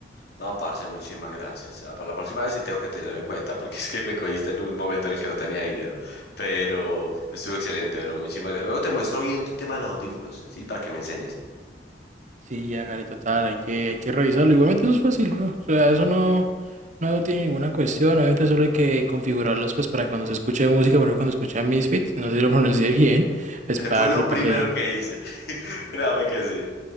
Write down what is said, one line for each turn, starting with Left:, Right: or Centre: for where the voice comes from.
Left: no, parce, muchísimas gracias. Ah, para la próxima vez sí tengo que tenerlo en cuenta, porque <laughs> es que me cogiste en un momento en el que no tenía dinero. Pero estuvo excelente, bro. Muchísimas gracias. Luego te muestro bien el tema de los audífonos, ¿sí? Para que me enseñes.
Right: Sí, hágale total, hay que, hay que revisarlo. Igualmente eso es fácil, bro. O sea, eso no, no tiene ninguna cuestión. Obviamente solo hay que configurarlos pues para cuando se escuche música, por ejemplo, cuando escucha Misfits, no sé si lo <laughs> pronuncié bien, pues
Left: Eh,
Right: parce,
Left: Fue lo
Right: para
Left: primero
Right: que
Left: que hice. <laughs> Créame que sí.